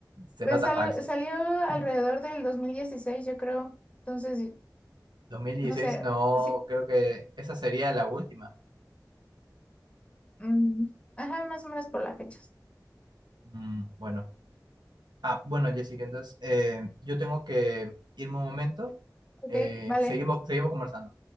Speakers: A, on the right (about 85°); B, on the left (about 15°).
A: se
B: pues
A: nota
B: salo-
A: falso.
B: salió alrededor
A: <laughs>
B: del 2016, yo creo, entonces,
A: dos mil dieciséis
B: no sé.
A: no,
B: sí,
A: creo que esa sería la última.
B: Mm, ajá, más o menos por las fechas.
A: Mm, bueno. Ah, bueno, Jessica, entonces eh, yo tengo que irme un momento.
B: Ok,
A: Eh,
B: vale.
A: seguimos, seguimos conversando.